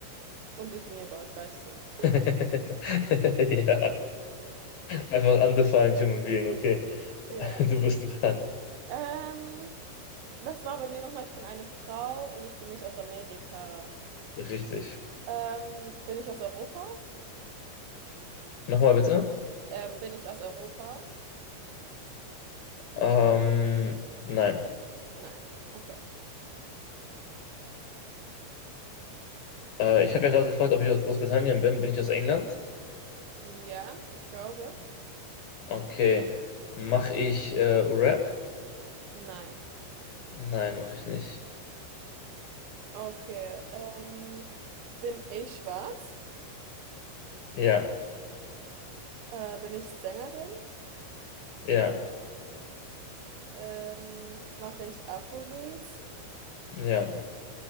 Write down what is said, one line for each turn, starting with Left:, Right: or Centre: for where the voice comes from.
Right: undefinierbar, ich weiß es nicht. <laughs>
Left: <laughs> Ja, einfach undefined human being, okay.
Right: Ja.
Left: Du bist dran.
Right: Ähm, was war bei mir nochmal? Ich bin eine Frau und ich bin nicht aus Amerika.
Left: Richtig.
Right: Ähm, bin ich aus Europa?
Left: Nochmal bitte.
Right: Ähm, bin ich aus Europa?
Left: Ähm, nein.
Right: Nein. Okay.
Left: Äh, ich habe ja gerade gefragt, ob ich aus Großbritannien bin. Bin ich aus England?
Right: Ja, ich glaube.
Left: Okay. Mache ich äh, Rap?
Right: Nein.
Left: Nein, mache ich nicht.
Right: Okay. Ähm, bin ich schwarz?
Left: Ja,
Right: Äh, bin ich Sängerin?
Left: ja,
Right: Ähm, mache ich Afrobeats?
Left: ja.